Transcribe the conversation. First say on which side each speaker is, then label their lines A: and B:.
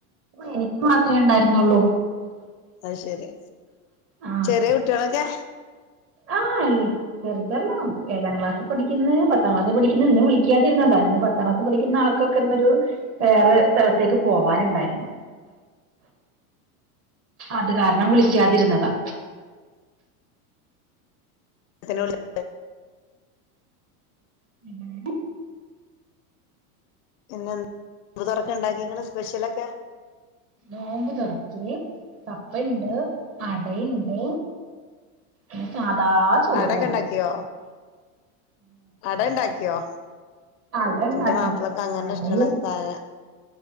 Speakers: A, on the right (about 30°); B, on the left (about 55°).
A: എനിക്ക് മാത്രെ ണ്ടായിര്ന്നൊള്ളൂ
B: അയ്ശരി
A: ആഹ്
B: ചെറിയ കുട്ടിയേളൊക്കെ
A: ആഹ് അൽ ചെർതെല്ലാം ഏഴാം ക്ലാസിപ്പഠിക്ക്‌ന്നെ പത്താം ക്ലാസി പഠിക്ക്ന്നെ പിന്നെ വിളിക്കാതിര്ന്നന്ത ഇന്ന് പത്താംക്ലാസ് വിളിക്കുന്ന ആൾക്കൊക്കെ ഇന്നൊരു വേറെ സ്ഥലത്തേക്ക് പോവാനുണ്ടായിരുന്നു അത് കാരണം വിളിക്കാതിരുന്നതാ
B: <unintelligible>
A: <unintelligible>
B: പിന്നെൻ <inaudible> തൊറക്ക് ണ്ടാക്കീക്ക്ണ് സ്പെഷ്യലൊക്കെ
A: നോമ്പ് തൊറക്ക് കപ്പെണ്ട് അടയ്ണ്ട് ന്നെ സാധാ ചോറൂണ്ട്
B: അടയൊക്കെ ഉണ്ടാക്കിയോ അട ണ്ടാക്കിയോ
A: അട ഉണ്ടാക്കി
B: ന്റെ മാപ്പിളക്ക് അങ്ങനെ
A: അടയും
B: ഷ്ടള്ളഹ് സാന